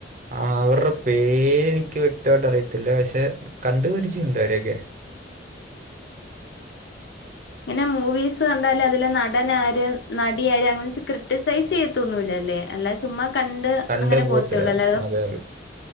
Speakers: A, on the right (about 45°); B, on the left (about 65°).
A: ആ അവരുടെ പേര് എനിക്ക് വ്യക്തമായിട്ട് അറിയത്തില്ല പക്ഷെ കണ്ടു പരിചയമുണ്ട് അവരെയൊക്കെ
B: ഇങ്ങനെ മൂവീസ് കണ്ടാൽ അതില് നടനര് നടിയാര് അങ്ങനെ ക്രിറ്റിസൈസ് ചെയ്യത്തൊന്നു ഇല്ല അമേ ചുമ് കണ്ട്
A: കണ്ടു
B: അങ്ങനെ
A: പോകത്തില്ല
B: പോത്തള്ളു അല്ലാതെ
A: അതേ ഉള്ളൂ